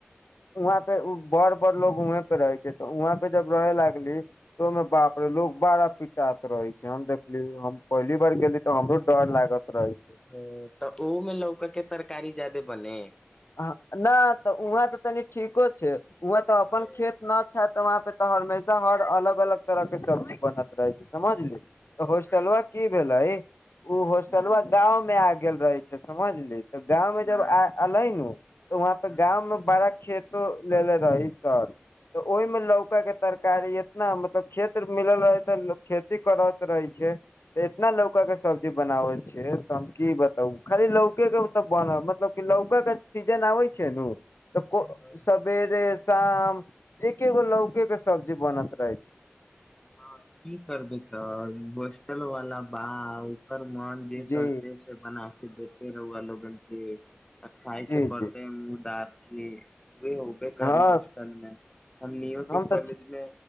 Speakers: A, on the left; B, on the left.
A: वहं पे बड़ बड़ लोग वहे पे रहे छै त वहं पे जब रहे लागली त ओहिमे बापरे लोग बारा पिटाात रहे छै हम देखली हम पहली बार गेली तऽ हमरो डर लागत। रहे छै
B: ओ तऽ ओमे ल क के। <unintelligible> तरकारी ज्यादे बने। <unintelligible>
A: नहि तऽ वहाँ तऽ तनि ठीको छै। <unintelligible> वह तऽ अपन
B: हँ
A: खेत न छ। <unintelligible> तऽ वहाँ पे तऽ हमेशा हर अलग- अलग तरह के सब्जी बनैत रहै छै समझली। तऽ हॉस्टलुवा
B: हँ
A: की भेले उ हॉस्टलवा
B: हँ
A: गाँंव मे आ गेल रहे। समझलै। <unintelligible> गाँंवं
B: हँ
A: जब एलै। <unintelligible> हो त वहाँपे
B: हँ
A: गाँंव मे बड़ा खेत। <unintelligible> तो लेनेे रहा ही साल। <unintelligible> तऽ ओहिमे लौका
B: हँ
A: के तरकारी या। <unintelligible> इतना मतलब खेत मिलल रहै तऽ खेती करत रहे छै एतना लौका के सब्जी बनाबे छै तऽ हम की बताब खाली लौके के त बन मतलब क लौका के। सीजन आै छैनू। <unintelligible> तऽ को-
B: हँ
A: सबेरे। <unintelligible> काम एकेगो लौके के सब्जी बनैत रहै छै।
B: हँ की करबै तऽ होस्टल वाला बाउ ओकर मन जे
A: जी
B: करतेै से बना के देे रहुआ लोगन की त खाायके
A: जी
B: पड़तै
A: जी
B: मुँह द। <unintelligible> कि। <unintelligible> वे होबे करे
A: हँ
B: होॉस्टल मे हम नो के
A: हम
B: कॉलेज
A: तऽ
B: मे।